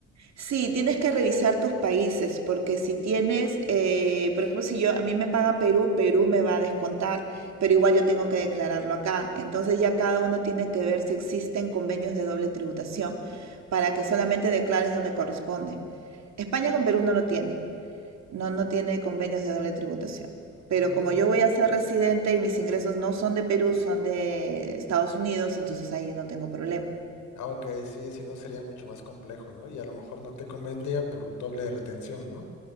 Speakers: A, on the right; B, on the left.
A: Sí, tienes que revisar tus países, porque si tienes, eh, por ejemplo, si yo, a mí me paga Perú, Perú me va a descontar, pero igual yo tengo que declararlo acá. Entonces ya cada uno tiene que ver si existen convenios de doble tributación, para que solamente declares donde corresponde. España con Perú no lo tiene, no, no tiene convenios de doble tributación. Pero
B: Mm,
A: como yo voy a ser residente y mis ingresos no son de Perú, son de Estados Unidos, entonces ahí yo no tengo problema.
B: ah, ok, sí, si no sería mucho más complejo, ¿no? Y a lo mejor no te convendría por doble retención, ¿no?